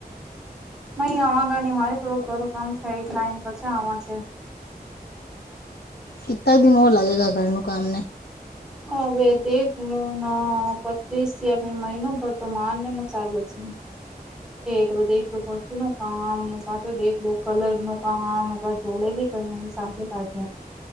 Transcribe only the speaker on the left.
કેટલા દિન ઓર લાગેગા ઘરનું કામને.